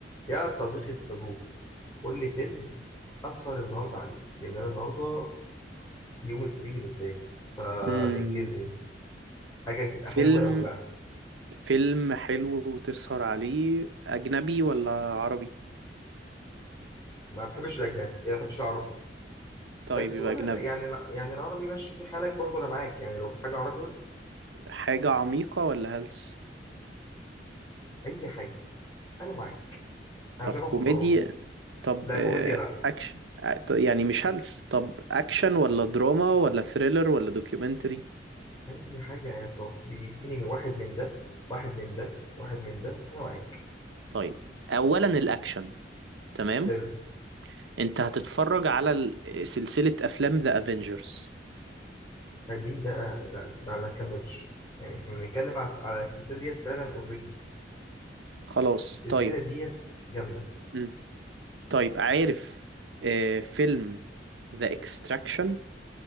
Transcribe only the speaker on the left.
يا صديقي الصدوق قول لي فيلم أسهر النهاردة عليه لأن أنا النهاردة اليوم الفري بالنسبة لي فإنجزني
حاجة تبقى
حلوة قوي بقى
ما بحبش الأجنبي ما بحبش العربي
بس
قول
لي- يعني لا- يعني العربي ماشي في حالك برضه أنا معاك يعني لو في حاجة عربي قول
لي أي حاجة أنا معاك أنا
مش هاخد
قرار
لا
كوميديا لا
أي حاجة يا صاحبي اديني من واحد من ده واحد من ده واحد من ده أنا معاك
حلو
فدي بقى لا بقى ما كملش يعني احنا بنتكلم على على السلسلة ديت فعلا اوريدي
السلسلة
ديت جامدة